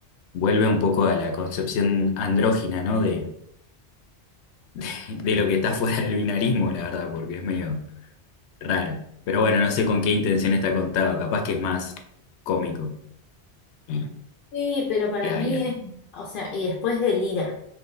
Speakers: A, on the left; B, on the left.
A: vuelve un poco a la concepción andrógina, ¿no? De, <laughs> de lo que está fuera del binarismo, la verdad, porque es medio raro. Pero bueno, no sé con qué intención está contado, capaz que es más cómico. Mm,
B: Sí, pero para
A: Queda
B: mí
A: bien.
B: es, o sea, y después de Lira,